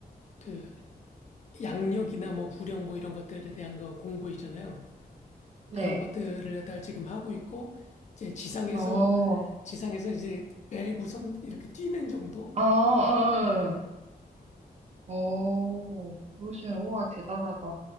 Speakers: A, on the left; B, on the right.
A: 그 양력이나 뭐 부력 뭐 이런 것들에 대한 거 공부 있잖아요.
B: 네.
A: 그런 것들을 갖다가 지금 하고 있고 이제 지상에서
B: 어,
A: 지상에서 이제 매구선 이렇게 뛰는 정도?
B: 아, 아,
A: 음,
B: 아. 어, 그러시면, 우와, 대단하다.